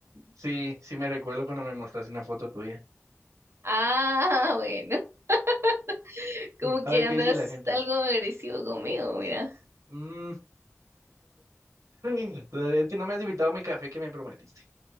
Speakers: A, on the right; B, on the right.
A: Sí, sí me recuerdo cuando me mostraste una foto tuya.
B: Ah, bueno, <laughs> como
A: A
B: que
A: ver
B: andas
A: qué dice la gente.
B: algo agresivo conmigo, mira.
A: Mm, <laughs> es que no me has invitado a mi café que me prometiste.